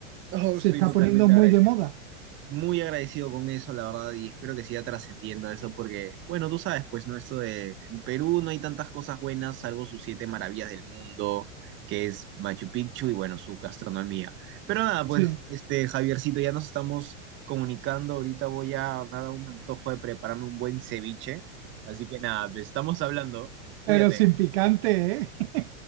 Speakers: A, on the right (about 30°); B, on the right (about 55°).
A: Oh,
B: Se
A: estoy
B: está
A: totalmente
B: poniendo muy
A: agradecido.
B: de moda.
A: muy agradecido con eso, la verdad, y espero que siga trascendiendo eso, porque, bueno, tú sabes, pues, ¿no? Esto de en Perú no hay tantas cosas buenas, salvo sus siete maravillas del mundo, que es Machu Picchu y, bueno, su gastronomía. Pero nada, pues,
B: Sí,
A: este, Javiercito, ya nos estamos comunicando, ahorita voy a, me ha dado un antojo de prepararme un buen ceviche, así que nada, pues, estamos hablando, cuídate.
B: pero sin picante, ¿eh? <laughs>